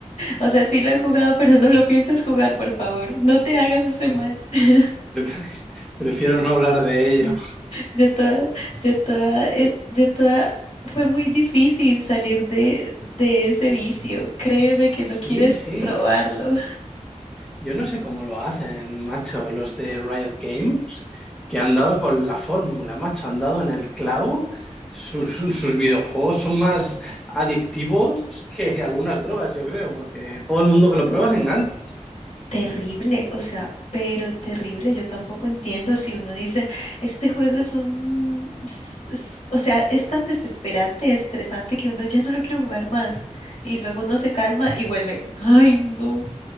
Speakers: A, on the left (about 65°); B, in the centre.
A: O sea, sí lo he jugado, pero no lo pienses jugar, por favor. No te hagas ese mal. <laughs>
B: Pre- <laughs> Prefiero no hablar de ello.
A: Yo toda, yo toda, eh, yo toda, fue muy difícil salir de, de ese vicio. Créeme que no
B: Sí,
A: quieres
B: sí.
A: probarlo.
B: Yo no sé cómo lo hacen, macho, los de Riot Games, que han dado con la fórmula, macho, han dado en el clavo. Sus, sus- sus videojuegos son más adictivos que algunas drogas, yo creo, porque todo el mundo que lo prueba se engancha.
A: Terrible, o sea, pero terrible. Yo tampoco entiendo si uno dice, este juego es un, es- es- o sea, es tan desesperante, estresante que uno ya no lo quiero jugar más. Y luego uno se calma y vuelve. Ay, no.